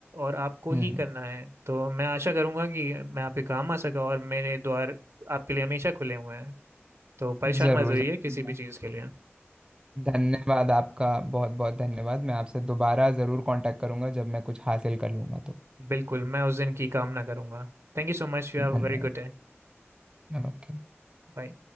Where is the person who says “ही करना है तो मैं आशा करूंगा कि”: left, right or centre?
Right